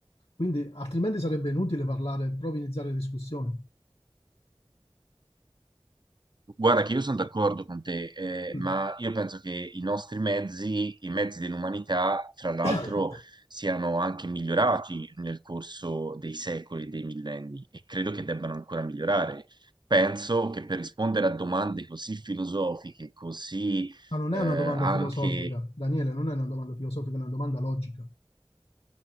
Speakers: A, on the left; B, on the right.
A: Quindi altrimenti sarebbe inutile parlare, proprio iniziare discussioni.
B: Guarda che io sono d'accordo con te, eh,
A: Mm.
B: ma io penso che i nostri mezzi, i mezzi dell'umanità, fra l'altro,
A: <coughs>
B: siano anche migliorati nel corso dei secoli e dei millenni e credo che debbano ancora migliorare. Penso che per rispondere a domande così filosofiche, così
A: Ma non
B: eh,
A: è una domanda
B: anche
A: filosofica, Daniele, non è una domanda filosofica, è una domanda logica.